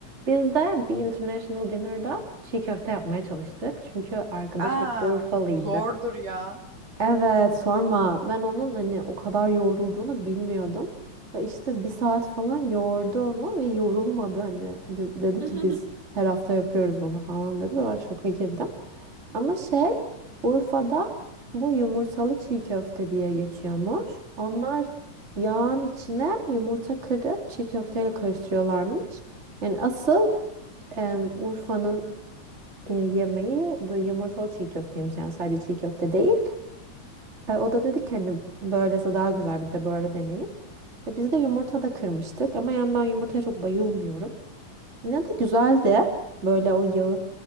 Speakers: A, on the right (about 25°); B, on the right (about 60°).
A: Biz de bir international dinner'da çiğ köfte yapmaya çalıştık. Çünkü arkadaşım
B: Aa
A: Urfalıydı.
B: zordur ya.
A: Evet sorma. Ben onun hani o kadar yoğrulduğunu bilmiyordum. Ve işte bir saat falan yoğurdu onu ve yorulmadı hani. Biz, dedi
B: <laughs>
A: ki biz her hafta yapıyoruz bunu falan dedi ve ben şoka girdim. Ama şey Urfa'da bu yumurtalı çiğ köfte diye geçiyormuş. Onlar yağın içine yumurta kırıp çiğ köfteyle karıştırıyorlarmış. Yani asıl em, Urfa'nın e, yemeği böyle yumurtalı çiğ köfteymiş yani sadece çiğ köfte değil. E, o da dedi ki hani böylesi daha güzel bir de böyle deneyin. E, biz de yumurta da kırmıştık ama yani ben yumurtaya çok bayılmıyorum. Yine de güzeldi. Böyle o yağı